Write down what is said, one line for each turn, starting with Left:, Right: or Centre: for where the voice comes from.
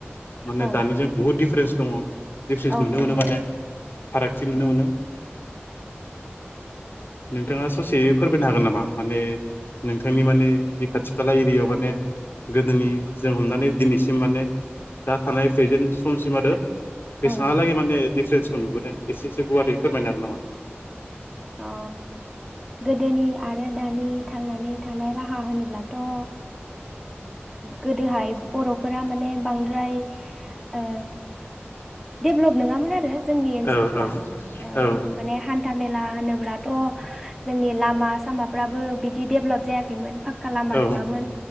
Left: माने
Centre: औ
Left: दानिजों बुहुत दिफरेन्स दङ। दिफरेन्स
Centre: औ
Left: नुनो
Centre: दङ
Left: मोनो
Centre: औ
Left: माथो फारागथि नुनो मोनो। नोंथाङा ससे फोरमायनो हागोन नामा माने नोंथांनि माने बे खाथि खाला एरियायाव माने गोदोनि जों हमनानै दिनैसिम माने। दा थानाय प्रेजेन्ट समसिम आरो। बेसांहालागे
Centre: औ
Left: माने दिफरेन्स खौ नुबोदों एसेसो गुवारै फोरमायनो हागोन नामा।
Centre: अ गोदोनि आरो दानि थांनानै थानाय राह हा होनोब्लाथ। ओ गोदोहाय बरफोरा माने बांद्राय ओ। डेभलप नङामोन आरो जोंनि ओनसोलफ्रा
Left: औ औ
Centre: ओ‌
Left: औ
Centre: माने हा मेला होनोबथ जोंनि ला मा सामाफ्राबो बिदि देबलाप जायाखैमोन फा खा लामा
Left: औ
Centre: नोङामोन